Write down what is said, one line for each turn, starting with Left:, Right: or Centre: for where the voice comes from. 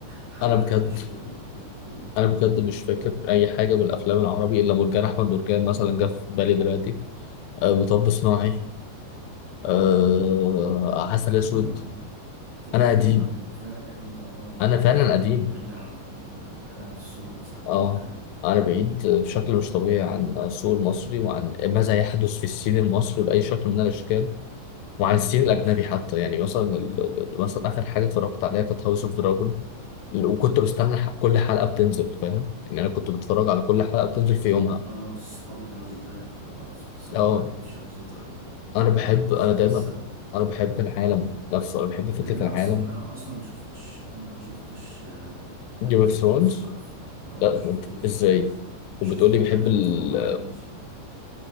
Right: حاجة
Left: انا بجد
Right: تشبه اللي كنت بتقوله
Left: انا بجد مش
Right: <laughs>
Left: فاكر اي حاجة من الافلام العربي الا مرجان احمد مرجان مثلا جه في بالي دلوقتي آه مطب صناعي آه
Right: لا،
Left: عسل اسود
Right: أنت أنت بتتكلم
Left: انا قديم
Right: عن الأفلام القديمة أه أنت
Left: انا
Right: بقالك
Left: فعلا
Right: فترة
Left: قديم
Right: بعيد عن بعيد عن السوق مثلا أو
Left: اه
Right: بعيد عن ال...
Left: أنا بعيد بشكل مش طبيعي عن السوق المصري وعن ماذا يحدث في الصين المصري بأي شكل من الأشكال وعن
Right: أمم،
Left: الصين الأجنبي
Right: عشان
Left: حتى
Right: كده
Left: يعني مثلا ال- ال- ال- مثلا آخر حاجة اتفرجت عليها كانت هاوس اوف دراجون وكنت بستنى ح- كل حلقة بتنزل فاهم يعني أنا كنت بتفرج على كل حلقة بتنزل في يومها
Right: اه صحابي كانوا زيك كده برضه بس أنا
Left: اه
Right: ما حبيتش أعزف دراجون
Left: أنا بحب
Right: <laughs>
Left: أنا
Right: مش عارف
Left: دايما
Right: السبب
Left: أنا بحب العالم نفسه أنا بحب فكرة
Right: لان انا
Left: العالم
Right: اصلا انا اصلا ما شفتش انا ما شفتش جيم
Left: جيم اوف ثرونز
Right: اوف ثرونز اه
Left: لا
Right: ما شفتوش
Left: أنت إزاي
Right: شفت
Left: وبتقولي
Right: ثلاث
Left: بحب
Right: حلقات
Left: ال
Right: وما عجبنيش